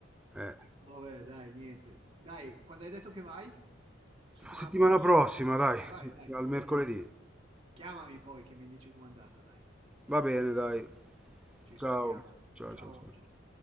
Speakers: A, in the centre; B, on the right.
A: Eh,
B: Vabbè dai, niente. Dai, quando hai detto che vai? Settimana
A: settimana
B: prossima.
A: prossima, dai,
B: Eh, vai,
A: sett-
B: dai,
A: al
B: poi
A: mercoledì.
B: chiamami poi che mi dici com'è andata, dai.
A: Va bene, dai,
B: Ci
A: ciao,
B: sentiamo.
A: ciao,
B: Ciao,
A: ciao, ciao.
B: ciao.